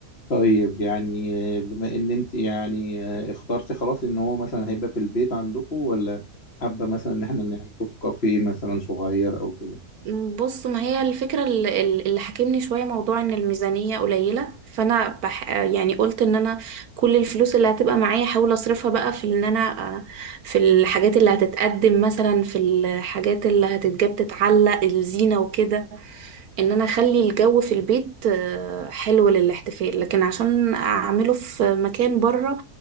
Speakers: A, on the left; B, on the right.
A: طيب يعني آه، بما ان انت يعني آه، اخترتي خلاص ان هو مثلا هيبقى في البيت عندكم ولا حابه مثلا ان احنا نعمله في كافيه مثلا صغير او كده
B: بص ما هي الفكرة ال- ال- اللي حاكمني شوية موضوع ان الميزانية قليلة فانا بح يعني قلت ان انا كل الفلوس اللي هتبقى معايا احاول اصرفها بقى في ان انا آه، في الحاجات اللي هتتقدم مثلا في الحاجات اللي هتتجاب تتعلق الزينة وكده ان انا اخلي الجو في البيت آه، حلو للاحتفال لكن عشان اعمله في مكان بره